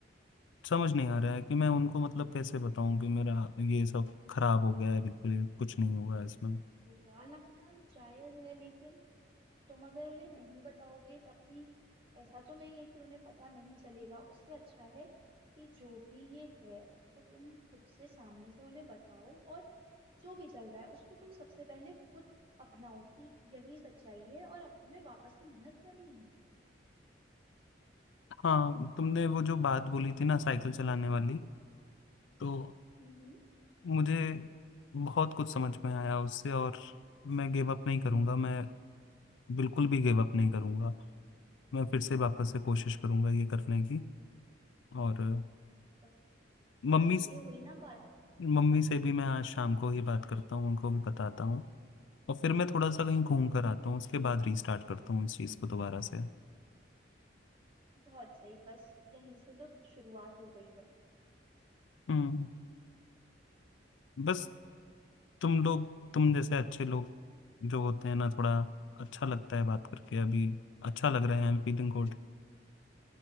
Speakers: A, on the left; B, on the right.
A: समझ नहीं आ रहा है कि मैं उनको मतलब कैसे बताऊं कि मेरा ये सब खराब हो गया है बिल्कुल ही कुछ नहीं हुआ है इसमें
B: बुरा लगना जायज है लेकिन तुम अगर उन्हें नहीं बताओगे तब भी ऐसा तो नहीं है कि उन्हें पता नहीं चलेगा उससे अच्छा है कि जो भी ये है उसको तुम खुद से सामने से उन्हें बताओ और जो भी चल रहा है उसको तुम सबसे पहले खुद अपनाओ कि यही सच्चाई है और अब तुम्हें वापस से मेहनत करनी है
A: हाँ तुमने वो जो बात बोली थी ना साइकिल चलाने वाली तो
B: हम्म
A: मुझे बहुत कुछ समझ में आया उससे और मैं गिव अप नहीं करूंगा मैं बिल्कुल भी गिव अप नहीं करूंगा मैं फिर से वापस से कोशिश करूंगा ये करने की और अ,
B: बस
A: मम्मी
B: बस ये हुई ना बात
A: मम्मी से भी मैं आज शाम को ही बात करता हूँ उनको भी बताता हूँ और फिर मैं थोड़ा सा कहीं घूम कर आता हूँ उसके बाद रीस्टार्ट करता हूँ इस चीज़ को दोबारा से
B: बहुत सही बस यहीं से तो शुरुआत हो गई है
A: हम्म बस तुम लोग तुम जैसे अच्छे लोग जो होते हैं ना थोड़ा अच्छा लगता है बात करके अभी अच्छा लग रहा है आई एम फीलिंग गुड